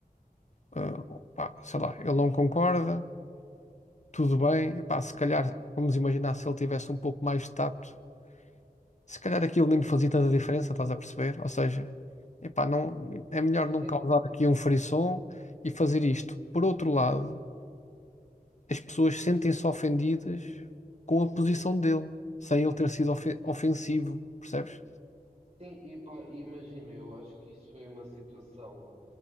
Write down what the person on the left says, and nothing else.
ah, pá, sei lá, ele não concorda, tudo bem, pá se calhar, vamos imaginar se ele tivesse um pouco mais de tato, se calhar aquilo nem lhe fazia tanta diferença, estás a perceber? Ou seja, epá, não, é melhor não
causar aqui um frisson e fazer isto. Por outro lado, as pessoas sentem-se ofendidas com a posição dele, sem ele ter sido ofe- ofensivo, percebes?